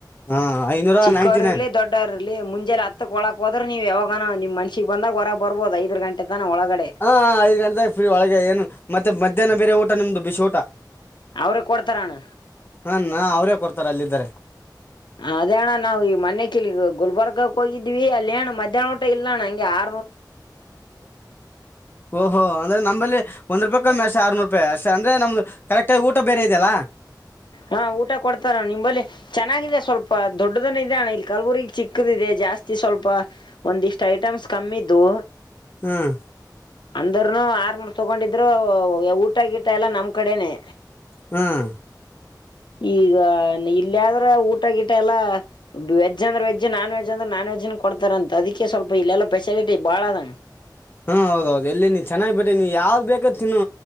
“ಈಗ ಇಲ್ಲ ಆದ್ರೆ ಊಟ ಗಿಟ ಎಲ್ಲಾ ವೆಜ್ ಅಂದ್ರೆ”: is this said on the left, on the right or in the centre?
Left